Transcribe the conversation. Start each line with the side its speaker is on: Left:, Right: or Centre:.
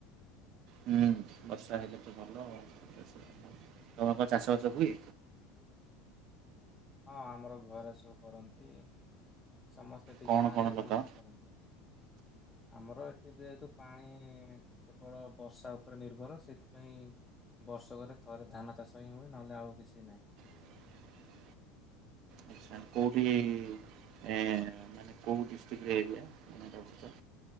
Right: ହୁଁ। ବର୍ଷା ହେଲେ ତ ଭଲ। ଆଉ ତମର କଣ ଚାଷ, ବାସ ହୁଏ?
Left: ହଁ ଆମର ଘରେ ସବୁ କରନ୍ତି। ସମସ୍ତେ ଏଠି
Right: କଣ
Left: ଗାଁରେ
Right: କଣ ଲଗାଅ?
Left: ସମସ୍ତେ କରନ୍ତି, ଆମର ଯେହେତୁ, ଯେହେତୁ ପାଣି କେବଳ ବର୍ଷା ଉପରେ ନିର୍ଭର, ସେଥିପାଇଁ ବର୍ଷକରେ ଥରେ, ଧାନ ଚାଷ ହିଁ ହୁଏ। ନହେଲେ ଆଉ' କିଛି ନାହିଁ।
Right: <inaudible> ଆଚ୍ଛା କୋଉଠି ଏ, ମାନେ କୋଉ ଡିଷ୍ଟ୍ରିକ୍ଟରେ ଏରିଆ? ତମେ ଯାଉଛ?